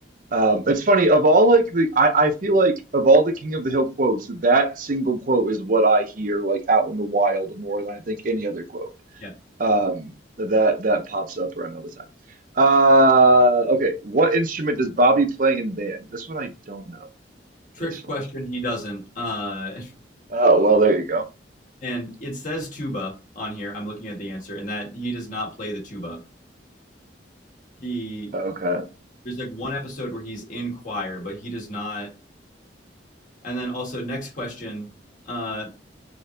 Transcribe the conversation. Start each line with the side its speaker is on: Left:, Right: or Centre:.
Right: Um, it's funny, of all like the I, I feel like of all the King of the Hill quotes, that single quote is what I hear like out in the wild more than I think any other quote.
Left: Yeah.
Right: Um, that that pops up around all the time. Uh, okay, what instrument does Bobby play in band? This one I don't know
Left: Trick
Right: personally.
Left: question, he doesn't. Uh,
Right: Oh, well, there you go.
Left: <laughs> and it says tuba on here. I'm looking at the answer, and that he does not play the tuba. He
Right: Okay.
Left: there's like one episode where he's in choir, but he does not. And then also next question, uh,